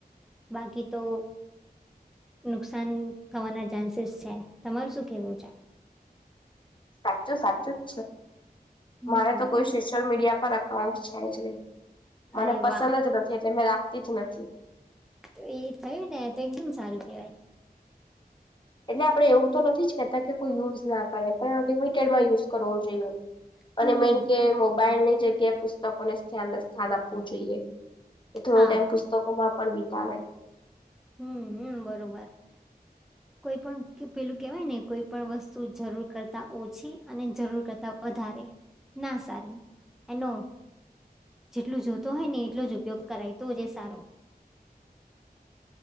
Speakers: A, in the centre; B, on the left.
A: બાકી તો નુકસાન થવાના ચાન્સીસ છે તમાર શું કેવું છે
B: સાચું સાચું જ છે
A: હમ્મ.
B: મારે તો કોઈ શીષ સોશયલ મીડિયા પર એકકાઉન્ટ છે મને
A: અરે
B: પસંદ
A: વાહ
B: જ નથી એટલે મેં રાખતી જ નથી
A: તો એ થયું ને તો એકદમ સારું કેહેવાય
B: એટલે આપડણે એવું તો નથી જ કહેતા કે કોઈ યુઝ ના કરે પણ અનલિમિટેડમાં યુઝ કરવો જોઈએ અને
A: હમ્મ
B: મેન કે મોબાઈલ ની જગ્યાએ પુસ્તકોને સ્થાન આપવું જોઈએ એ થોડો
A: હા
B: ટાઈમ પુસ્તકો માં પણ વિતાવે
A: હમ હમ બરોબર કોઈ પણ પેલું કેહેવાય ને કોઈ પણણ વસ્તુ જરૂર કરતા ઓછી અને જરૂર કરતા વધારે ના સારું એનો જેટલું જોતો હોય ને એટલો જ ઉપયોગ કરાયતો છે સારો